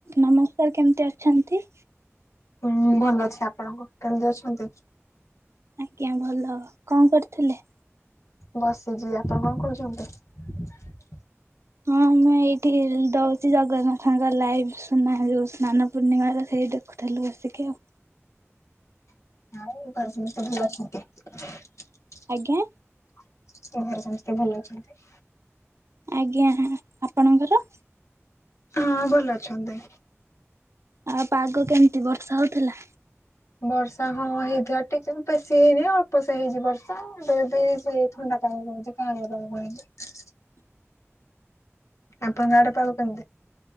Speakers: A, on the right; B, on the left.
A: ନମସ୍କାର କେମିତି ଅଛନ୍ତି?
B: ହୁଁ ଭଲ ଅଛି ଆପଣଙ୍କୁ କେମିତି ଅଛନ୍ତି।
A: ଆଜ୍ଞା ଭଲ କଣ କରୁଥିଲେ?
B: ବସିଛି ଆପଣ କଣ କରୁଛନ୍ତି।
A: ହଁ ମୁଁ ଏଇଠି ଦଉଛି ଜଗନ୍ନାଥଙ୍କ ଲାଇଭ ସୁନା ଯୋଉ ସ୍ନାନ ପୂର୍ଣ୍ଣିମ ର ସେ ସେଇ ଦେଖୁଥିଲୁ ବସିକି ଆଉ
B: <unintelligible>
A: ଆଜ୍ଞା
B: ତୁମର ସମସ୍ତେ ଭଲ ଅଛନ୍ତି।
A: ଆଜ୍ଞା ଆପଣଙ୍କର
B: ହଁ ଭଲ ଅଛନ୍ତି।
A: ଆଉ ପାଗ କେମିତି ବର୍ଷା ହଉଥିଲା।
B: ବର୍ଷା ହଁ ହେଇଥିବ ଟିକେ ବେଶୀ ହେଇନି ଅଳ୍ପ ସେ ହେଇଛି ବର୍ଷା ଏବେ ଥଣ୍ଡା <unintelligible>
A: ହ
B: ଆଉ ତମ ଆଡେ ପାଗ କେମିତି?